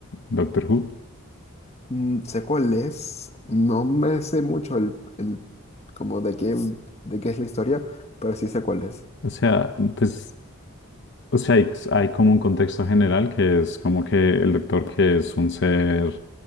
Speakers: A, on the left; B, on the left.
A: Doctor Who.
B: Mm, sé cuál es, no me sé mucho el, el como de qué, de qué es la historia, pero sí sé cuál es.
A: O sea, pues, o sea, hay, hay como un contexto general que es como que el doctor que es un ser,